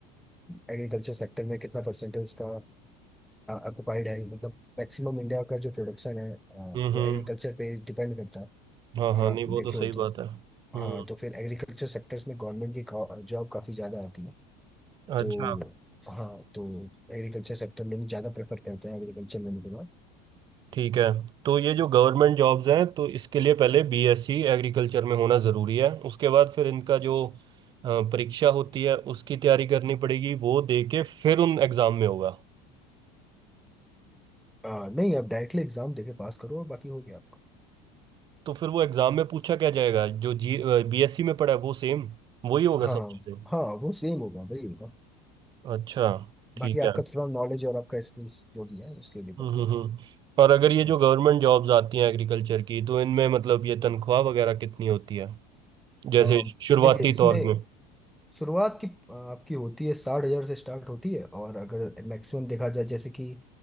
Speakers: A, in the centre; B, on the right.
A: एग्रीकल्चर सेक्टर में कितना परसेंटेज का ऑक्यूपाइड है मतलब मैक्सिमम इंडिया का जो प्रोडक्शन है अ,
B: हम्म
A: वो
B: हम्म
A: एग्रीकल्चर पे डिपेंड करता है
B: हाँ
A: अगर
B: हाँ
A: आप
B: नहीं
A: देखे
B: वो तो सही
A: हो तो
B: बात है हम्म
A: हाँ तो फिर एग्रीकल्चर सेक्टर्स में गवर्नमेंट की जॉब काफ़ी ज़्यादा आती है तो
B: अच्छा
A: हाँ तो एग्रीकल्चर सेक्टर लोग ज़्यादा प्रेफर करते हैं एग्रीकल्चर लेने के बाद
B: ठीक है तो ये जो गवर्नमेंट जॉब्स हैं तो इसके लिए पहले बीएससी एग्रीकल्चर में होना ज़रूरी है उसके बाद फिर इनका जो अ, परीक्षा होती है उसकी तैयारी करनी पड़ेगी वो दे के फिर उन एग्ज़ाम में होगा
A: अ, नहीं आप डायरेक्टली एग्जाम देके पास करो और बाकी हो गया आपका
B: तो फिर वो एग्ज़ाम में पूछा क्या जाएगा जो जी बीएससी में पढ़ा है वो सेम वही होगा
A: हाँ
B: सब
A: हाँ
B: चीज़ें
A: हाँ, वो सेम होगा वही होगा
B: अच्छा ठीक
A: बाकी
B: है
A: आपका थोड़ा नॉलेज और आपका स्किल्स जो भी है उसके डिपेंड
B: हम्म हम्म
A: करता
B: हम्म। और अगर ये
A: है
B: जो गवर्नमेंट जॉब्स आती हैं एग्रीकल्चर की तो इनमें मतलब ये तनख्वाह वगैरह कितनी होती है जैसे
A: हम्म। अ,
B: शुरुआती
A: देखिए इसमें
B: तौर में
A: शुरुआत की अ, आपकी होती है साठ हजार से स्टार्ट होती है और अगर मैक्सिमम देखा जाए जैसे कि